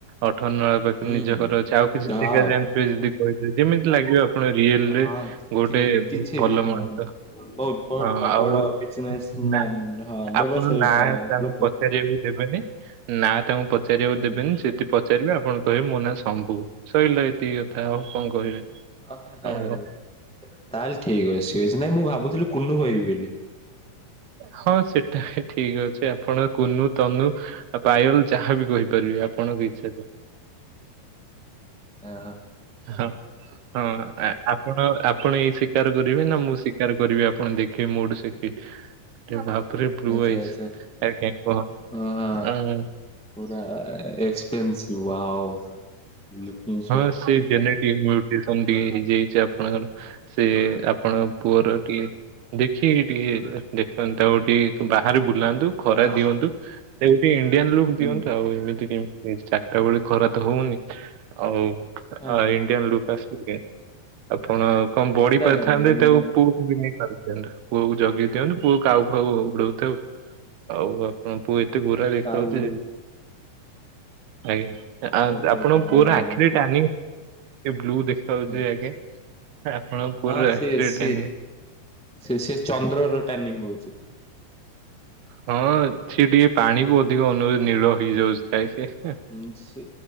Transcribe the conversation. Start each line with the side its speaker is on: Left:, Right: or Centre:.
Right: ଅଠ ନଳା କୁ
Centre: ହୁଁ
Right: ନିଜ
Centre: ହୁଁ
Right: ଘର ଅଛି ଆଉ କିଛି
Centre: ହଁ
Right: ଜାଗା ଜାଣିଥିବେ ଯଦି କହିିବ ଯେମିତି ଲାଗିବ। ଆପଣ ରିଏଲରେ
Centre: ହଁ
Right: ଗୋଟେ
Centre: କି କିଛି
Right: ବହୁତ ଭଲ
Centre: ବି ହଁ
Right: ମଣିଷ।
Centre: ବହୁତ ଭଲ
Right: ହଁ, ଆଉ
Centre: ବଡ ବିଜନେସ୍ ମ୍ୟାନ
Right: ନା
Centre: ହଁ ବ୍ୟବସାୟିକ
Right: ଆପଣ ନା ତାଙ୍କୁ
Centre: ଲୋକ।
Right: ପଚାରିବାକୁ ଦେବେନି। ନା ତାଙ୍କୁ ପଚାରିବାକୁ
Centre: ହୁଁ।
Right: ଦେବେନି ସେଥି। ପଚାରିବେ ଆପଣ କହିବେ ମୋ ନାଁ ସମ୍ଭୁ ସଇଲା ଏତିକି କଥା ଆଉ କଣ କହିବେ।
Centre: ଆରେ
Right: ଆଉ
Centre: ଆରେ ତାହେଲେ ଠିକ ଅଛି ସିଏ ଅଛି ନାଇଁ ମୁଁ ଭାବୁଥିଲି କୁନୁ କହିବି ବୋଲି।
Right: ହଁ ସେଟା ବି ଠିକ ଅଛି ଆପଣ କୁନୁ, ତନୁ, ପାୟଲ ଯାହାବି କହିପାରିବେ ଆପଣଙ୍କ ଇଚ୍ଛା
Centre: ଆ ହା।
Right: ହଁ, ହଁ ଆପ ଆପଣ, ଆପଣ ଏଇ ଶିକାର କରିବେ ନା ମୁଁ ଶିକାର କରିବି ଆପଣ ଦେଖିବେ ମୋଠୁ ଶିଖି ବାପରେ ବ୍ଲୁ
Centre: ଆଚ୍ଛା
Right: ଆଇଜ
Centre: ଆଚ୍ଛା
Right: ଆଜ୍ଞା କହ
Centre: ଓ ହଁ
Right: ଆଁ
Centre: ପୁରା ଏକ୍ସପେନ୍ସିଭ ୱାଓ ଲୁକିଙ୍ଗ
Right: ହଁ ସେ <unintelligible> ଟିକେ ହେଇଯାଇଛି ଆପଣଙ୍କର ସେ ଆପଣଙ୍କ ପୁଅର ଟିକେ ଦେଖିକି ଟିକେ ଦେଖନ୍ତୁ ଆଉ ଟିକେ ବାହାରେ ବୁଲାନ୍ତୁ। ଖରା
Centre: ଆଃ
Right: ଦିଅନ୍ତୁ ତାକୁ ଗୋଟେ ଇଣ୍ଡିଆନ୍ ଲୁକ୍
Centre: ହୁଁ।
Right: ଦିଅନ୍ତୁ ଆଉ ଏମିତି କେ ସେ ଚାରିଟା ବେଳୁ ଖରା ତ ହଉନି, ଆଉ
Centre: ହଁ
Right: ଇଣ୍ଡିଆ ଲୁକ୍ ଆସିବ କେମିତି। ଆପଣ କଣ ବଡି
Centre: ଆସି ସାରିଲାଣି
Right: ପାରିଥାନ୍ତେ
Centre: ଇଣ୍ଡିଆନ
Right: ତାକୁ ପୁ ନେଇ <unintelligible> ପୁଅକୁ ଜଗି ଦିଅନ୍ତୁ ପୁଅ କାଉ ଫାଉ ଉଡଉ ଥାଉ। ଆଉ ଆପଣଙ୍କ ପୁଅ ଏତେ ଗୋରା ଦେଖାଉଛି
Centre: କାଉ ଉଡଉଛି।
Right: ଯେ ଆଜ୍ଞା ଆ
Centre: ଆଚ୍ଛା
Right: ଆପଣଙ୍କ
Centre: ଆଚ୍ଛା
Right: ପୁଅର
Centre: ଆଜ୍ଞା ଆଜ୍ଞା
Right: ଆଖି <unintelligible> ଏତେ ବ୍ଲ୍ୟୁ ଦେଖାଯାଉଚି
Centre: ଠିକ।
Right: ଯେ ଆଜ୍ଞା ଆପଣ ପୁଅ
Centre: ହଁ
Right: ର
Centre: ସିଏ
Right: ଆଖି ରେ
Centre: ସିଏ
Right: ଟ୍ୟାନିଂ
Centre: ସେ ସେ ଚନ୍ଦ୍ରର ଟାର୍ନିଂ ହଉଚି।
Right: ହଁ ସିଏ ଟିକେ ପାଣି କୁ ଅଧିକ ଅନଉ ନୀଳ ହେଇଯାଉଥାଏ ସେ
Centre: ହଁ ସେ